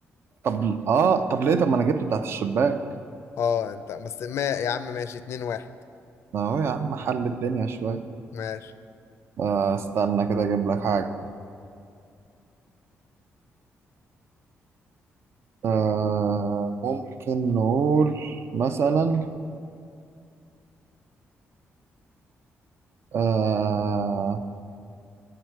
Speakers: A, on the right; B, on the left.
A: طب اه طب ليه طب ما انا جبت بتاعت الشباك
B: اه انت بس ما يا عم ماشي اتنين واحد
A: ما هو يا عم حل الدنيا شوية
B: ماشي
A: آه استنى كده اجيب لك حاجة آه ممكن نقول مثلا آه